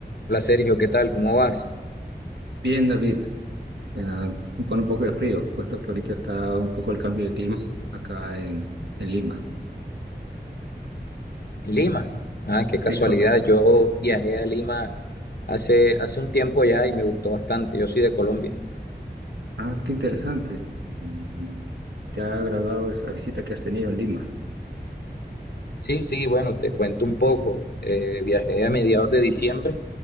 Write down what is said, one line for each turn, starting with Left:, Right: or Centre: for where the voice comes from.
Left: Hola Sergio, ¿qué tal? ¿Cómo vas?
Right: Bien, David, ah, con un poco de frío, puesto que ahorita está un poco el cambio de clima <laughs> acá en, en Lima.
Left: En Lima. Ah, qué
Right: Sí,
Left: casualidad.
Right: correcto.
Left: Yo viajé a Lima hace, hace un tiempo ya y me gustó bastante. Yo soy de Colombia.
Right: Ah, qué interesante. ¿Y te ha agradado esa visita que has tenido en Lima?
Left: Sí, sí, bueno, te cuento un poco. Eh, viajé a mediados de diciembre,